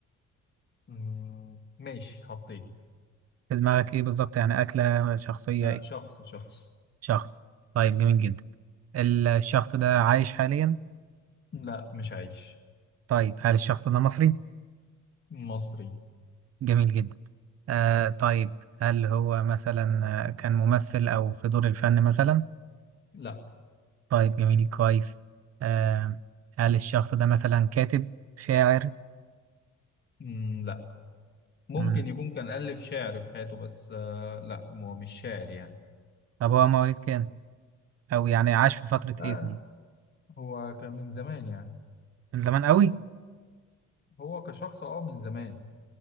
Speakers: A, on the left (about 35°); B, on the right (about 55°).
A: مم، ماشي حطيت
B: في دماغك ايه بالظبط يعني أكلة شخصية
A: آه،
B: ايه
A: شخص شخص
B: شخص طيب جميل جدا ال- الشخص ده عايش حاليا
A: لا مش عايش
B: طيب هل الشخص ده مصري
A: مصري
B: جميل جدا آه طيب هل هو مثلا آه، كان ممثل أو في دور الفن مثلا
A: لا
B: طيب جميل كويس آه هل الشخص ده مثلا كاتب شاعر
A: مم، لا ممكن
B: مم.
A: يكون كان ألف شعر في حياته بس آه، لا هو مش شاعر يعني
B: طب هو مواليد كام أو يعني عاش في فترة
A: آه،
B: ايه
A: هو كان من زمان يعني
B: من زمان قوي
A: هو كشخص اه من زمان